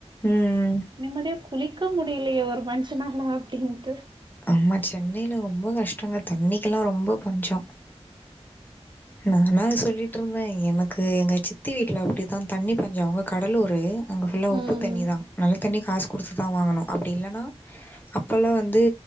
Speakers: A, on the left; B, on the right.
A: ம் ம்
B: நிம்மதியா குளிக்க முடியலயே ஒரு மனுஷனால அப்டின்ட்டு
A: ஆமா சென்னையில ரொம்ப கஷ்டங்க தண்ணிக்கெல்லா ரொம்ப பஞ்சோ நாந்தாங்க சொல்லிட்டுருந்த எனக்கு எங்க சித்தி வீட்ல அப்டிதா தண்ணி பஞ்சோ அவுங்க கடலூரு அங்க ஃபுல்லா உப்பு
B: ம்
A: தண்ணிதா நல்ல தண்ணி காசு குடுத்துதா வாங்கணு அப்டி இல்லனா அப்பலா வந் து